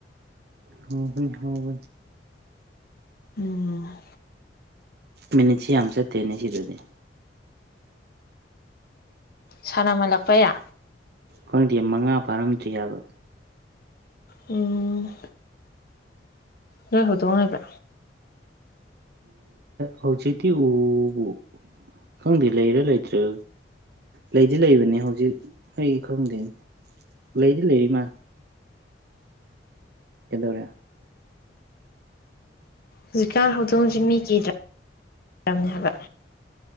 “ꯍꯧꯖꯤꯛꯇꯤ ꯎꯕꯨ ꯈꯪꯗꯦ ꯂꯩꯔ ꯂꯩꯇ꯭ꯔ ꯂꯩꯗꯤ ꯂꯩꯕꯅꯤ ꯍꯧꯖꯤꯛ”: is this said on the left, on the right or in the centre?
Right